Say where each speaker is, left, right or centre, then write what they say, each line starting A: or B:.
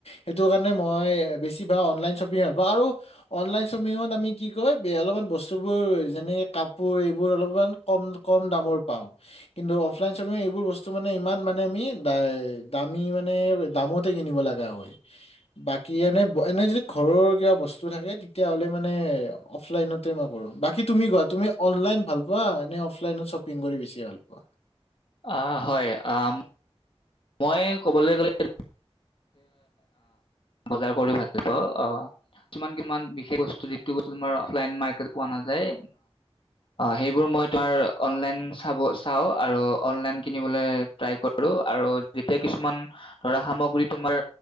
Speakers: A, on the left; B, on the left.
A: সেইটো কাৰণে মই বেছি ভাগ অনলাইন শ্বপিং ভাল পাওঁ, আৰু অনলাইন শ্বপিঙত আমি কি কয় অলপমান বস্তুবোৰ যেনে কাপোৰ এইবোৰ অলপমান কম কম দামৰ পাওঁ কিন্তু অফলাইন শ্বপিং এইবোৰ বস্তু মানে ইমান মানে আমি দা দামি মানে দামতে কিনিব লগা হয়, বাকী এনে ব এনে যদি ঘৰৰ কিবা বস্তু থাকে তেতিয়া হ'লে মানে অফলাইনতে মই কৰো, বাকী তুমি কোৱা তুমি কোৱা তুমি অনলাইন ভাল পোৱা? নে অফলাইনত শ্বপিং কৰি বেছি ভাল পোৱা?
B: অ', হয়, আম মই ক'বলৈ গ'লে বজাৰ কৰি ভাল পাওঁ। আহ কিছমান কিমান বিশেষ বস্তু যিটো বস্তু তমাৰ অফলাইন মাৰ্কেট পোৱা নাযায়, সেইবোৰ মই তোমাৰ অনলাইন চাব চাওঁ আৰু অনলাইন কিনিবলৈ ট্ৰাই কৰো। আৰু যেতিয়া কিছুমান ধৰা সামগ্ৰী তোমাৰ